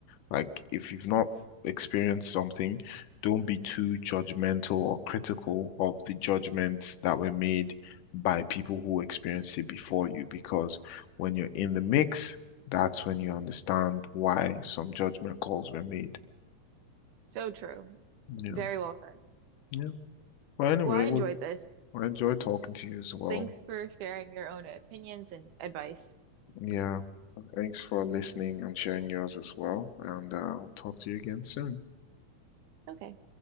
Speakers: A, on the left (about 85°); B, on the right (about 80°).
A: like if you've not experienced something, don't be too judgmental or critical of the judgments that were made by people who experienced it before you, because when you're in the mix, that's when you understand why some judgment calls were made,
B: So true.
A: you
B: Very
A: know.
B: well said.
A: Yeah. But anyway,
B: Well, I
A: it
B: enjoyed
A: was,
B: this.
A: I enjoyed talking to you as well.
B: Thanks for sharing your own opinions and advice.
A: Yeah. Thanks for listening and sharing yours as well. And uh, I'll talk to you again soon.
B: Okay.